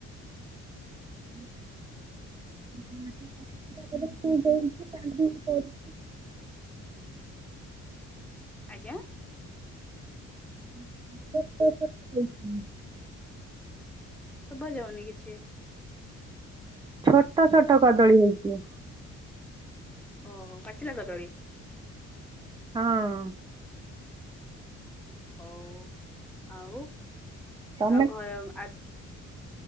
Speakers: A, on the right; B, in the centre.
A: <unintelligible>
B: ଆଜ୍ଞା।
A: <unintelligible> <unintelligible>
B: ଶୁଭାଯାଉନି କିଛି।
A: ଛୋଟ ଛୋଟ କଦଳୀ ହେଇଚି।
B: ଓହୋ ପାଚିଲା କଦଳୀ।
A: ହଁ।
B: ହଉ ଆଉ
A: ତମେ
B: ଆଉ ଘର ଆଜି